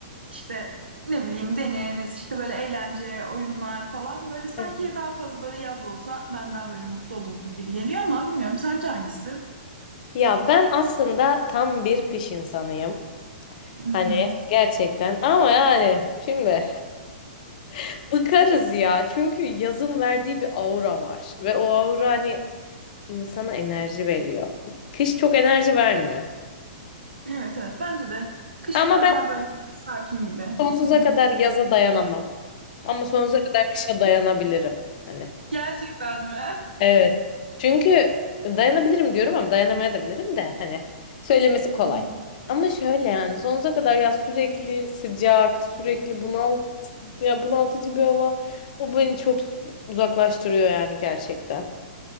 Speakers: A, on the right (about 85°); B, on the left (about 50°).
A: işte ne bileyim deniz, işte böyle eğlence, oyunlar falan. Böyle sanki
B: Evet.
A: daha fazla böyle yaz olsa ben daha böyle mutlu olurum gibi geliyor ama bilmiyorum sence hangisi?
B: Ya ben aslında tam bir kış insanıyım.
A: Hı
B: Hani
A: hı.
B: gerçekten ama yani şimdi <laughs> bıkarız ya. Çünkü yazın verdiği bir aura var ve o aura hani insana enerji veriyor. Kış çok enerji vermiyor.
A: Evet evet bence de. Kış
B: Ama
A: biraz
B: ben
A: daha böyle sakin gibi.
B: sonsuza
A: Hı hı.
B: kadar yaza dayanamam. Ama sonsuza kadar kışa dayanabilirim. Hani.
A: Gerçekten mi?
B: Evet. Çünkü dayanabilirim diyorum ama dayanamaya da bilirim de hani söylemesi kolay.
A: <laughs> Hı hı.
B: Ama şöyle yani sonsuza kadar ya sürekli sıcak, sürekli bunalt ya bunaltıcı bir hava o beni çok uzaklaştırıyor yani gerçekten.